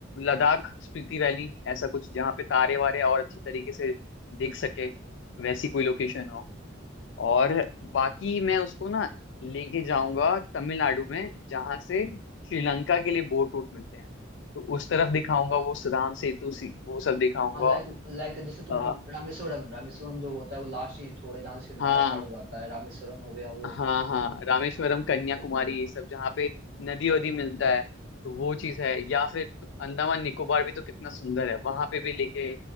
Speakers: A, on the left (about 65°); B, on the right (about 55°).
A: लद्दाख स्पीति वैली ऐसा कुछ जहाँ पे तारे वारे और अच्छे तरीके से दिख सके वैसी कोई लोकेशन हो और बाकी मैं उसको ना लेके जाऊंगा तमिलनाडु में जहाँ से श्रीलंका के लिए बोट रूट मिलते हैं तो उस तरफ दिखाऊंगा वो सुदाम सेतु सी वो सब दिखाऊंगा
B: हाँ लाइक लाइक जैसे तुम
A: अ,
B: रामेश्वरम रामेश्वरम जो होता है वो लास्ट ही छोर है जहाँ से श्रीलंका
A: हाँ
B: स्टार्ट हो जाता है रामेश्वरम हो गया वो
A: हाँ हाँ रामेश्वरम
B: हाँ हाँ
A: कन्याकुमारी
B: बिल्कुल बिल्कुल
A: ये सब जहाँ पे नदी वदी मिलता है तो वो चीज है या फिर तो अंडमान निकोबार भी तो कितना सुंदर है वहां पे भी लेके